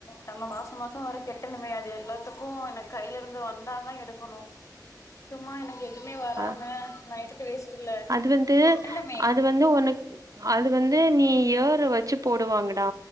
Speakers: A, on the left; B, on the right.
A: நம்ம மாசோ மாசோ வேற கெட்டணுமே அது எல்லாத்துக்கு எனக் கையிலருந்து வந்தாதா எடுக் கணு சும்மா எனக்கு எதுவுமே வராம
B: அ
A: நைட்டு வேஸ்ட்ல்ல
B: அது வந்து
A: கெட்டணுமே
B: அது வந்து உனு அது வந்து நீ இயற வச்சு போடுவாங்கடா